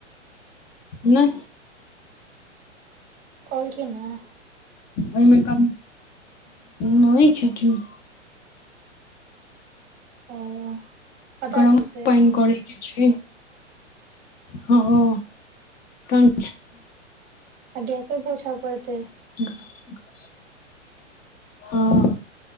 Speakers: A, on the left; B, on the right.
A: नहि
B: कहलखिन या
A: ओहिमे कम नहि खेथिन
B: ओ पता
A: गरम
B: छौ से
A: पाइन करै के छै ह ओ टं
B: आ गैसो पोछा पड़तै
A: <inaudible> हँ